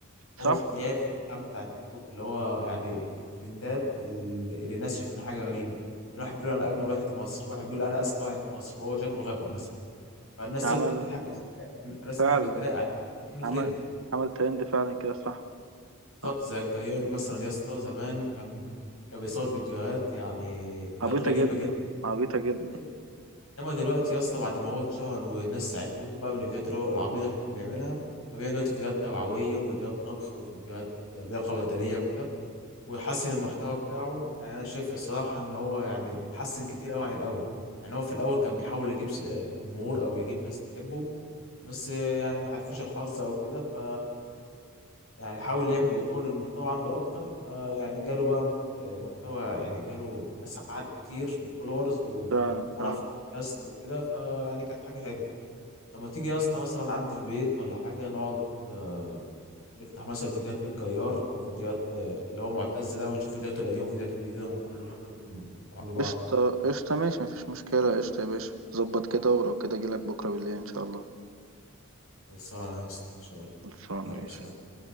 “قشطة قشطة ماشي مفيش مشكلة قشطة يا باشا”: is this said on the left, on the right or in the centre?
Right